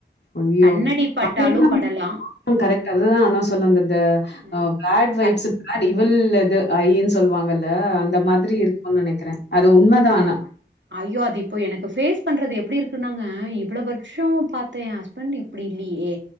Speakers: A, on the left; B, on the right.
A: ஐயையோ
B: கண்ணடி
A: <inaudible>
B: பட்டாலு படலா ஆ
A: கரெக்ட்டு அதுதா ஆனா சொல்ல <unintelligible>
B: ம் கல்
A: வில் அது ஐயின் சொல்லுவாங்கள் ள்ல அந்த மாதிரி
B: ஆமா
A: இருக்குன் நெனைக்கிற அது உண்மைதா
B: அ
A: ஆனா
B: ஐயோ அது இப்போ எனக்கு ஃபேஸ் பண்றது எப்டி இருக்குனாங்க அ இவ்வளோ வருஷோ பாத் தே ஹஸ்பெண்ட்டு இப்புடி இல்லியே